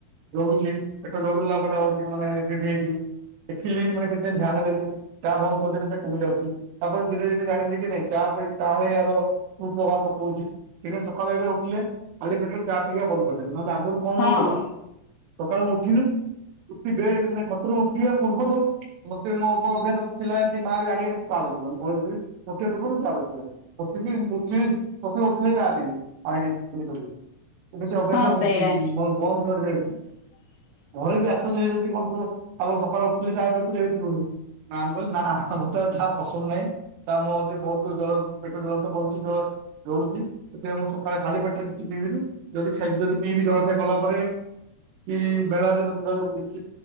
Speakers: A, on the right; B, on the left.
A: ଜଳୁଛି ପେଟ ଜଳୁ ଯାହା କଲେ ଆଉ ଚା ପିବ ମାନେ ଏସି ଡିଟି ହେଇଚି। ଦେଖିଲେ ବି ମାନେ କେତେ ଧ୍ୟାନ ଦେଲି ଚା ବନ୍ଦ କରିଦେଲେ ସେଟା କମି ଯାଉଛି ତାପରେ ଧୀରେ ଧୀରେ ଜାଣିଲି ଯେ ନାଇଁ ଚା ହଁ ଭାଈ ତା ପାଇଁ ୟାର କୁ ପ୍ରଭାବ ପକଉଛି। ଦିନେ ସକାଳେ ଇଆଡେ ଉଠିଲେ ଖାଲି ପେଟରେ ଚା ପିଇବା ବନ୍ଦ କରିଦେଲେ ନହେଲେ ଆଗରୁ କଣ
B: ହଁ
A: ହଉଥିଲା।
B: ହଁ
A: ସକାଳୁ ମୁଁ ଉଠିଲି ଉଠିବେ ମାନେ ଖଟରୁ ଉଠିବା ପୂର୍ବରୁ। ମୋତେ ମୋ ବୋଉ ଅଭ୍ୟାସ ଥିଲା ଏମିତି ମା ଜାଣିକିରି ଚା ଦଉଥିଲା ମୁଁ ଶୋଇଥିବି ଉଠିବା ପୂର୍ବ ରୁ ଚା ଦଉଥିଲା ପ ଥିଲି ମୁଁ ଉଠିବି ପ ମୁଁ ଉଠିଲେ ଚା ପିଇବି ଆଗେ ଇଏ କରିବି ଏବେ ସେ ଅଭ୍ୟାସ
B: ହଁ
A: ଉଁ
B: ସେଇଟା ହିଁ।
A: ବନ୍ଦ ବନ୍ଦ କରିଦେଇଚି।
B: <inaudible>
A: ଘରେ ବି ଆଶ୍ଚର୍ଯ୍ୟ ହେଇଯାଉଛନ୍ତି କଣ ପୁଅ ଆଗରୁ ସକାଳୁ ଉଠିଲେ ଚା ପିଉଥିଲୁ ଏବେ ପିଉନୁ। ମା କୁ କହିଲି ମା ତ ମତେ ଆଉ ଚାହା ପସନ୍ଦ ନାହିଁ। ନା ମୋତେ ବହୁତୁ ଜଳ ପେଟ ଜଳନ୍ତ କରୁଚି ଜ। ଜଳୁଛି ସେଥିପାଇଁ ମୁଁ ସକାଳେ ଖାଲି ପେଟରେ କିଛି ପିଇବିନି ଯଦି ଖାଇଦେବି ପିଇବି ଜଳଖିଆ କଲା ପରେ। କି ବେଳା ରେ ମୁଣ୍ଡ ବିନ୍ଧୁଚି।